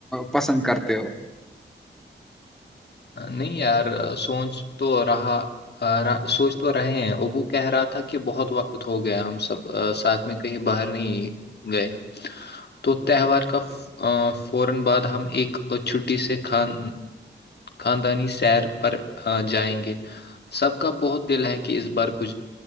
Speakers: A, in the centre; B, on the left (about 60°).
A: پسند کرتے ہو
B: نہیں یار سوچ تو رہا ہاں سوچ تو رہے ہیں ابو کہہ رہا تھا کہ بہت وقت ہو گیا ہم سب ساتھ میں کہیں باہر نہیں گئے تو تہوار کا فورا بعد ہم ایک چھٹی سے کھان خاندانی سیر پر جائیں گے سب کا بہت دل ہے کہ اس بار کچھ